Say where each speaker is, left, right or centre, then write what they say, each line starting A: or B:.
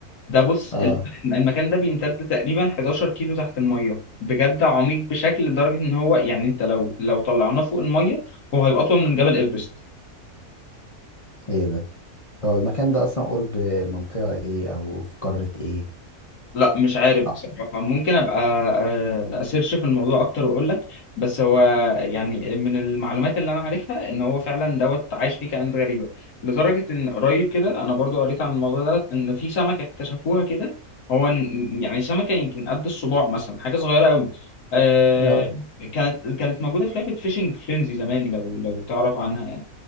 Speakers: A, on the left; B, on the left.
A: ده بص
B: اه
A: ال- المكان ده بيمتد تقريبا 11 كيلو تحت المية بجد عميق بشكل لدرجة ان هو يعني انت لو لو طلعناه فوق المية هو هيبقى اطول من جبل ايفرست
B: ايه ده هو المكان ده اصلا قرب منطقة ايه او في قارة ايه
A: لا مش عارف
B: اه
A: بصراحة ممكن أبقى آه، أسيرش في الموضوع أكتر وأقول لك بس هو يعني من المعلومات اللي أنا عارفها إن هو فعلا دوت عايش فيه كائنات غريبة لدرجة إن قريب كده أنا برضو قريت عن الموضوع ده إن في سمكة اكتشفوها كده هو إن- يعني سمكة يمكن قد الصباع مثلا حاجة صغيرة أوي آه،
B: آه.
A: كانت كانت موجودة في لعبة فيشنج فرينزي زمان لو لو تعرف عنها يعني